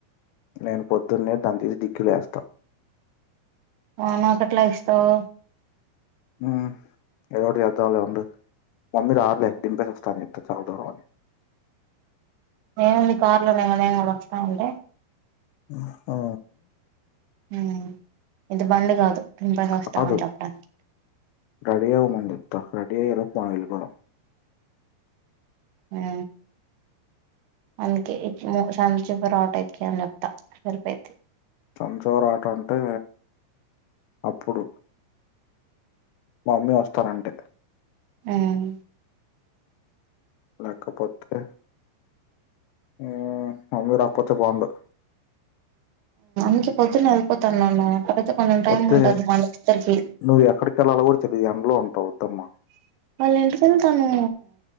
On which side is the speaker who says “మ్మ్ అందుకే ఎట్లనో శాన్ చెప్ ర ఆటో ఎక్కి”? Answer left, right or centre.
Right